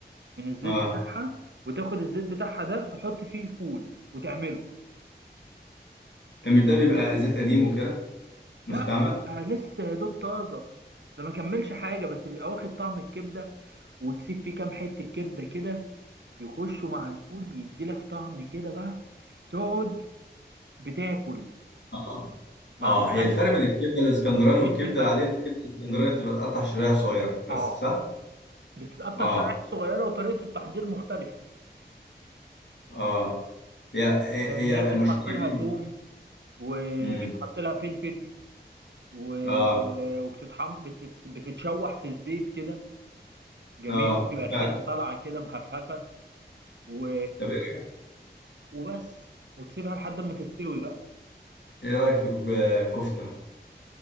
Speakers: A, on the right; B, on the left.
A: من الزيت
B: اه
A: بتاعها وتاخد الزيت بتاعها ده تحط فيه الفول وتعمله
B: طب مش ده بيبقى زيت قديم وكده مستعمل
A: لا بيبقى لسه يا دوب طازه ده ما كملش حاجه بس بيبقى واخد طعم الكبده وتسيب فيه كام حته كبده كده يخشوا مع الفول يديلك طعم كده بقى تقعد بتاكل
B: اه
A: مع
B: اه
A: مخلل
B: هي الفرق بين الكبده الاسكندراني والكبده
A: فلفل مقلي
B: العاديه ان الكبده الاسكندراني بتبقى قطع شرايح صغيره بس
A: اه
B: صح؟
A: بتتقطع
B: اه
A: شرائح صغيره وطريقه التحضير مختلفه
B: اه هي هي
A: لان هي بيتحط
B: هي مشهوره
A: لها
B: جدا
A: توم وبيتحط
B: امم
A: لها فلفل و-
B: اه
A: وبتتحم بتت... بتتشوح في الزيت كده جميل
B: اه
A: وتبقى ريحتها
B: فعلا
A: طالعه كده مهفهفه و...
B: طب ايه رايك
A: وبس وتسيبها لحد ما تستوي بقى
B: ايه رايك في الكفته؟